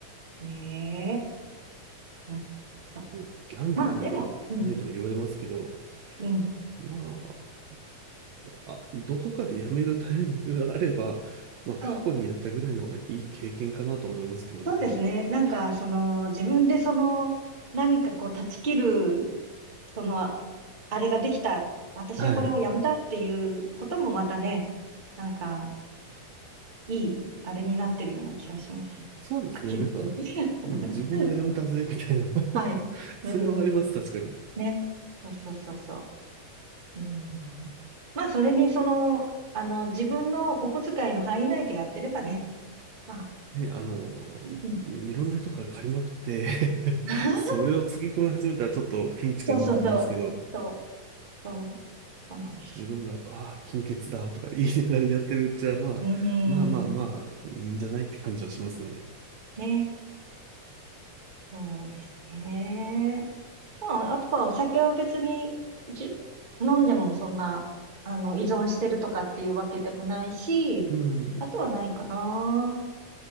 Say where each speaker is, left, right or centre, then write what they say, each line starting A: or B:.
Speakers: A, on the right; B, on the right.
A: ねえ。うん。そう。
B: うんギャンブルが良くないとは言われますけど、
A: まあ、でも、うん、うん。
B: まあ、あ、どこかでやめるタイミングがあれば、まあ、過去にやったぐらいのはいい経験かなと思いますけどね。
A: そう。そうですね。なんか、その、自分でその、何かこう、断ち切る、その、あれができた、私はこれをやめたっていうこともまたね、
B: はい。
A: なんか、いい、あれになってるような気がしますね。
B: そうですね。
A: とか言って。
B: なんか、
A: <laughs>
B: うん、自分はやめたぜ、みたいな
A: はい。
B: <laughs> それはあります、
A: うんうん。
B: 確かに。
A: ね。そうそうそうそう。うん。まあ、それに、その、あの、自分のお小遣いの範囲内でやってればね。まあ、
B: ね、あの、
A: うん。
B: いろんな人から借りまくって
A: <laughs>
B: <laughs> それをつぎ込み始めたらちょっとピンチかなと思いますけど、
A: そうそうそう。そう、そう、そうなんですよ。
B: 自分が、ああ、金欠だとか言いながらやってるうちは、まあ、
A: うん。
B: まあまあまあ、いいんじゃないって感じはしますね。
A: ね。そうですね。まあ、あとはお酒は別に、じ、飲んでもそんな、あの、依存してるとかっていうわけでもないし、
B: うん。
A: あとはないかな。